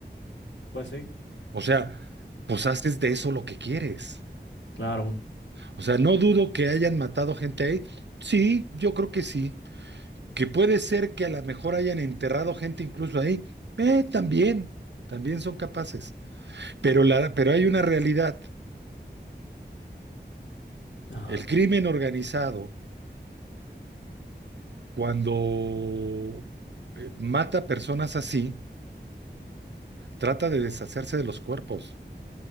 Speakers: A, on the left; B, on the right.
A: Pues sí.
B: O sea, pues haces de eso lo que quieres.
A: Claro.
B: O sea, no dudo que hayan matado gente ahí. Sí, yo creo que sí. Que puede ser que a lo mejor hayan enterrado gente incluso ahí. Eh, también, también son capaces. Pero la, pero hay una realidad.
A: Ajá.
B: El crimen organizado cuando eh, mata personas así, trata de deshacerse de los cuerpos.